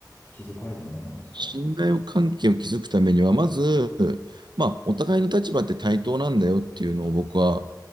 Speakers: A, on the left; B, on the right.
A: 築かれるものなんですか
B: 信頼関係を築くためには、まず、まあ、お互いの立場って対等なんだよっていうのを僕は